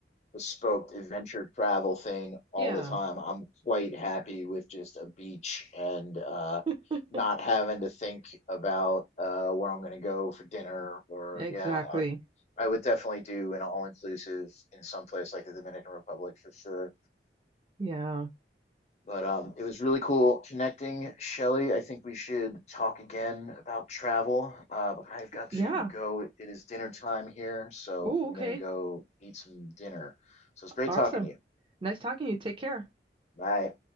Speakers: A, on the left (about 40°); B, on the right (about 30°).
A: bespoke adventure travel thing all
B: yeah
A: the time. I'm quite happy with just a beach and uh,
B: <laughs>
A: not having to think about uh, where I'm going to go for dinner or
B: exactly
A: yeah, I, I would definitely do an all inclusive in some place like the Dominican Republic for sure.
B: yeah
A: But um, it was really cool connecting, Shelly. I think we should talk again about travel. Uh, but I've got
B: yeah
A: to go. It is dinner time here, so
B: oh
A: I'm
B: okay
A: gonna go eat some dinner. So it's great
B: awesome
A: talking to you.
B: nice talking to you take care
A: Bye.